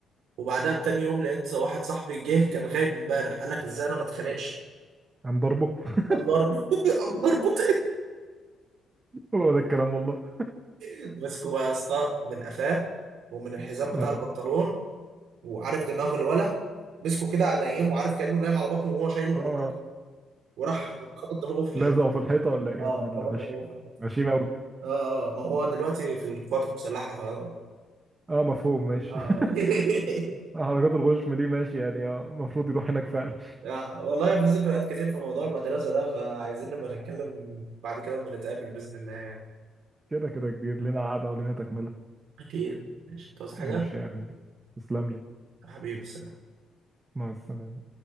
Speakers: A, on the right; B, on the right.
A: وبعدها بتاني يوم لقيت واحد صاحبي جه كان غايب امبارح قال لك ازاي انا ما اتخانقش
B: قام ضربه <laughs>
A: قام ضربه <laughs> قام ضربه
B: هو ده الكلام والله
A: مسكه بقى يا اسطى من قفاه ومن الحزام بتاع
B: اه
A: البنطلون وعارف دماغ الولا مسكه كده نايم وعارف كأنه نايم على بطنه وهو شايله من
B: اه
A: ورا وراح خبط دماغه في الحيطة
B: لازقه في الحيطه ولا ايه
A: اه
B: يا ابن
A: خبط
B: الغشيمه
A: دماغه في الحيطة
B: غشيمه قوي
A: اه اه ما هو دلوقتي في القوات المسلحة ف آه.
B: اه مفهوم ماشي
A: <laughs>
B: <laughs> حركات الغشم دي ماشي يعني آه، المفروض يروح هناك فعلا
A: آه، والله في ذكريات كتير في موضوع المدرسة ده فعايزين نبقى نتكلم بعد كده اما نتقابل بإذن الله يعني.
B: <laughs> كده كده كبير لنا قعده ولنا تكمله
A: أكيد ماشي تعوز حاجة
B: ماشي يا غالي تسلم لي
A: حبيبي سلام
B: مع السلامه